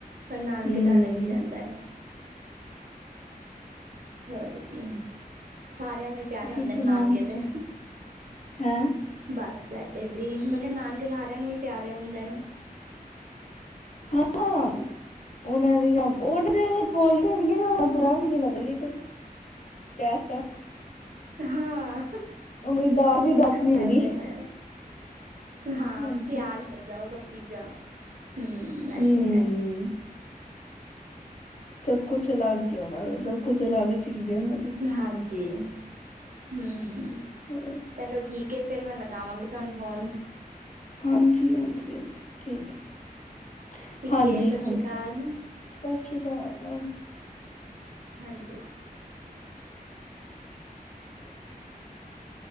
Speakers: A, on the right (about 60°); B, on the left (about 55°).
A: ਪਰ, ਨਾਨਕੇ
B: ਹੂੰ
A: ਦਾ ਅਲੱਗ ਹੀ ਰਹਿੰਦਾ ਹੋਰ ਕੀ! ਸਾਰਿਆਂ ਨੂੰ ਹੀ ਪਿਆਰੇ
B: ਤੁਸੀਂ
A: ਹੁੰਦੇ
B: ਸੁਣਾਓ
A: ਨੇ, ਨਾਨਕੇ ਤੇ
B: ਹੈਂ
A: ਬਸ ਬੈਠੇ ਸੀ, ਮੈਂ ਕਿਹਾ ਨਾਨਕੇ ਸਾਰਿਆਂ ਨੂੰ ਹੀ ਪਿਆਰੇ ਹੁੰਦੇ ਨੇ।
B: ਹਾਂ! ਉਹਨਾਂ ਦੀ ਉਹ ਤਾਂ ਅਗਰ ਬੋਲਣ, ਬੁਰਾ ਵੀ ਨੀ ਲੱਗਦਾ, ਕੁਛ ਕਹਿਤਾ
A: ਹਾਂ!
B: ਉਹਨਾਂ ਦੀ ਡਾਂਟ ਵੀ ਡਾਂਟ ਨੀ
A: ਹੈ
B: ਲੱਗਦੀ
A: ਤੇ ਹੈ ਹਾਂ
B: ਹਾਂਜੀ
A: ਪਿਆਰ ਹੀ ਲੱਗਦਾ ਉਹ ਸਭ ਚੀਜ਼ਾਂ ਹੂੰ, ਇਹ
B: ਹੂੰ
A: ਤੇ ਹੈ।
B: ਸਭ ਕੁਛ ਅਲੱਗ ਹੀ ਉਹਨਾਂ ਦਾ, ਸਭ ਕੁਛ ਅਲੱਗ ਚੀਜ਼ ਹੈ ਉਹਨਾਂ ਦੀ
A: ਹਾਂਜੀ! ਹੂੰ ਹੂੰ। ਹੂੰ
B: ਹੋਰ
A: ਚਲੋ ਠੀਕ ਹੈ, ਫੇਰ ਮੈ ਲੱ ਵਾਂਗੀ ਤੁਹਾਨੂੰ ਫੋਨ।
B: ਹਾਂਜੀ, ਹਾਂਜੀ, ਹਾਂਜੀ ਠੀਕ ਹੈ ਜੀ
A: ਠੀਕ
B: ਹਾਂਜੀ,
A: ਹੈ ਸਤਿ
B: ਹਾਂਜੀ,
A: ਸ਼੍ਰੀ ਅਕਾਲ
B: ਸਤਿ ਸ੍ਰੀ ਅਕਾਲ।
A: ਹਾਂਜੀ।
B: <unintelligible>